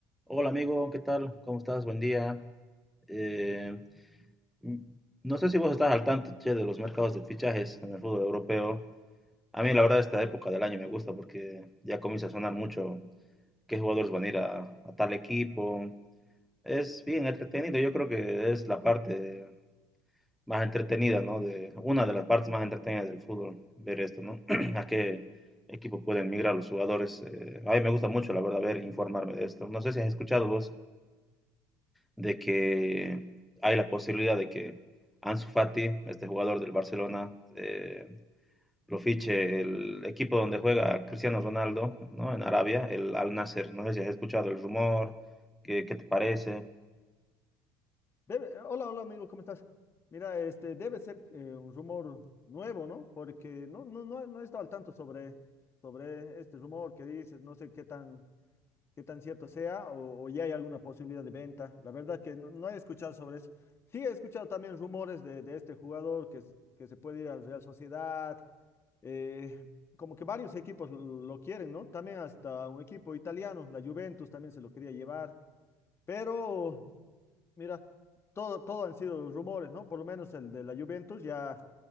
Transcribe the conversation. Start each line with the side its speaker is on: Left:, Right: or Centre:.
Centre: Hola amigo, ¿qué tal? ¿Cómo estás? Buen día. Eh, m- no sé si vos estás al tanto, che, de los mercados de fichajes en el fútbol europeo. A mí la verdad esta época del año me gusta porque ya comienza a sonar mucho qué jugadores van a ir a, a tal equipo. Es bien entretenido, yo creo que es la parte más entretenida, ¿no? De, una de las partes más entretenidas del fútbol, ver esto, ¿no? <clears throat> A qué equipo pueden migrar los jugadores. Eh, a mí me gusta mucho, la verdad, ver, informarme de esto. No sé si has escuchado vos. de que hay la posibilidad de que Ansu Fati, este jugador del Barcelona, eh, lo fiche el equipo donde juega Cristiano Ronaldo, ¿no? En Arabia, el Al Nasser. No sé si has escuchado el rumor, ¿qué, qué te parece?
Left: Debe- hola, hola amigo, ¿cómo estás? Mira, este debe ser eh, un rumor nuevo, ¿no? Porque no, no, no, he no he estado al tanto sobre, sobre este rumor que dices, no sé qué tan, qué tan cierto sea o, o ya hay alguna posibilidad de venta. La verdad que no, no he escuchado sobre eso. Sí, he escuchado también rumores de, de este jugador que, s- que se puede ir al Real Sociedad, eh, como que varios equipos lo lo quieren, ¿no? También hasta un equipo italiano, la Juventus también se lo quería llevar, pero... Mira, todo, todo han sido rumores, ¿no? Por lo menos el de la Juventus ya